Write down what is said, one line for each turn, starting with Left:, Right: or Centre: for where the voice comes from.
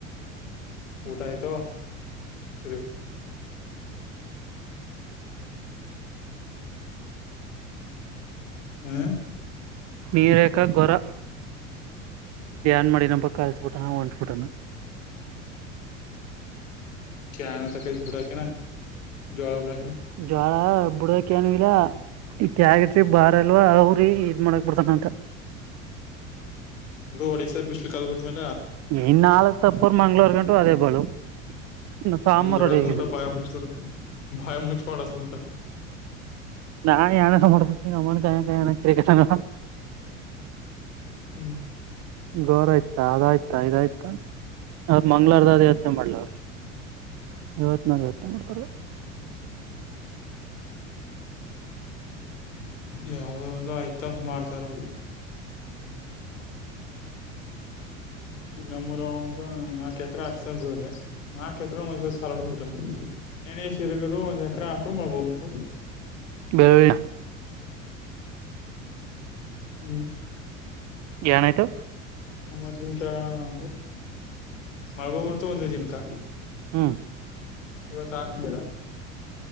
Left: ಊಟ ಆಯ್ತು ಸರಿ. ಹೂ.
Right: ನೀರೇಕ ಗೊರ. ನ್ ಮಾಡಿ ನ ಪಕ್ಕ ಕಲ್ಸಬಿಟಾನ ಹೊಂಟ್ಬಿಟಾನ.
Left: ಕೇನ ತಕ ಬುಡಾಕನಾ ಜೋಳ ಬುಡಾಕ.
Right: ಜ್ವಾಳ ಬುಡಕನ್ ಏನು ಇಲ್ಲ. ಇ ಯಾಗಟಿ ಬಾರ್ ಅಲ್ವಾ ಅವ್ರಿ ಇದ್ ಮಾಡಕ್ ಬಿರ್ತಾನಂತ.
Left: ಬಿ ಒಡ್ಸೇ ಬಿಸ್ಲು ಕಲ್ಬಿಟ್ಟ ಮೇಲೆ.
Right: ಇನ್ ನಾಳ ತಪ್ಪರ್ ಮಂಗ್ಳೂರ್ ಗಂಟು ಅದೇ ಬಾಳು. ನ ಸಾಂಬಾರ
Left: ದೊಡ
Right: ಅವರು ಹೇಗಿದೆ.
Left: ಸಮೇತ ಬಾಯ ಮುಚ್ಕೊಂಡು ಬಾಯ ಮುಚ್ಕೊಂಡ ಸಮೇತ
Right: ನಾನ ಯನ ಸಂಬಡ್ತೀ ನಮ್ಮ ಕಾಯಕಯ ಅನ್ನೋ ಕೇರಿ ಕಥನ.
Left: ಹ್ಮ್.
Right: ಗೋರ ಆಯ್ತ ಅಾಯಯ್ತ ಐದಾಯ್ತ ಅವ್ರರು ಮಂಗ್ಗಳಾರದ ಅ ಯಾತ್ನೆ ಮಾಡ್ಲ ಅವ್ರು. ಇವತ್ತು ನಾಗ ಯತ್ತನ ಮಾಡ್ತಾರ.
Left: ಯಾವದೋ ಒಂದು ಆಯ್ತಾ ಮಾಡ್ತಾರೋ. ಈಗ ನಮ್ಮೂರ ಒಬ್ಬ ನಾಕಕ್ ಎಕರೆ ಹಾಕ್ಸ ಬಳೆ ನಾಕಕ್ ಎಕರೆ ಒಂದ್ಸ ಸಾಲಾಡ್ ಬಿಟ್ಟು ನ. ನಣೇ ಸೀರಗರು ಒಂದ್ ಎಕ್ರ ಹಕರು ಮಾಡಬೋಬಿಡ್ತು. <unintelligible>
Right: ಬೆಳ. <inaudible>
Left: ಹ್ಮ್
Right: ಏನಾಯ್ತು
Left: ಅಮರ್ಲಿ ಕೆಳಗಣ ಒಂದು ಮಳಗೋಬಡ್ತು ಒಂದ ಜಿನಕ
Right: ಹ್ಮ್
Left: ಇವತ್ಕ್ನೇರ